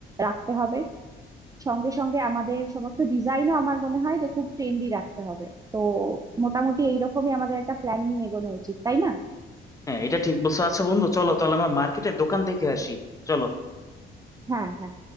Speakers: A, on the right (about 20°); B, on the left (about 15°).
A: রাখতে হবে সঙ্গে সঙ্গে আমাদের সমস্ত ডিজাইনও আমার মনে হয় যে খুব ট্রেন্ডি রাখতে হবে তো মোটামুটি এইরকমই আমাদের একটা প্ল্যান নিয়ে এগোনো উচিত তাই না
B: হ্যাঁ এটা ঠিক বলছো আচ্ছা বন্ধু চলো তাহলে আমরা মার্কেটের দোকান থেকে আসি চলো
A: হ্যাঁ হ্যাঁ